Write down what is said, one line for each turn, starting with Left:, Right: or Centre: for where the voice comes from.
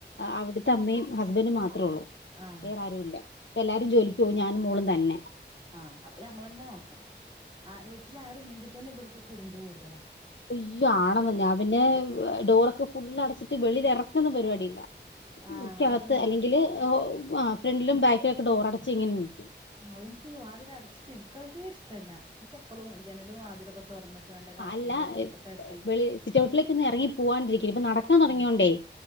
Left: അവിടുത്തെ അമ്മയും ഹസ്ബന്റും മാത്രമേ ഉള്ളു.
Right: ആഹ്
Left: വേറെ ആരും ഇല്ല ഇപ്പ എല്ലാരും ജോലിക്ക് പോവും ഞാനും മോളും തന്നെ
Right: ആഹ് അപ്പൊ ഞമ്മളെന്നെ നോക്കണം ആ വീട്ടിൽ ആരുല്ലെങ്കി തന്നെ ഇവർക്ക് കുറുമ്പ് കൂടുതലാ
Left: അയ്യോ ആണെന്ന് ഞാൻ പിന്നെ ഹ് ഡോറൊക്കെ ഫുള് അടച്ചിട്ട് ട്ട് വെളിൽ എറക്കുന്ന പരിപാടിയില്ല
Right: ആഹ്
Left: മുറിക്കകത്ത്
Right: അതെന്താ
Left: അല്ലെങ്കിൽ ഓ ആഹ് ഫ്രണ്ടിലും ബാക്കിലുംക്കെ ഡോറടച്ച് ഇങ്ങനെ നിക്കും
Right: ഔ ഇൻക്ക് വാതില അടച്ചിട്ടി ഇരിക്കണതേ ഇഷ്ട്ടല്ല ഇൻക്കിപ്പളും ജനലും വാതിലൊക്കെ തൊറന്നിട്ട് നല്ല കാ
Left: ല്ല എ
Right: അ തട്ടി
Left: സിറ്റൗട്ടിലേക്ക് ഒന്ന് എറങ്ങി പോവാണ്ടിരിക്ക ഇപ്പൊ നടക്കാ തൊടങ്ങിയോണ്ടേ
Right: ആഹ്